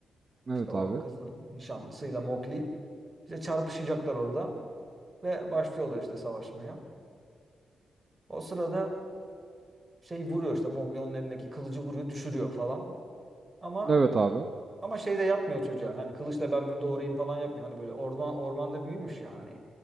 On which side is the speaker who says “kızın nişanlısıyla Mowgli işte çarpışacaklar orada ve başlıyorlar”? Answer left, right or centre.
Right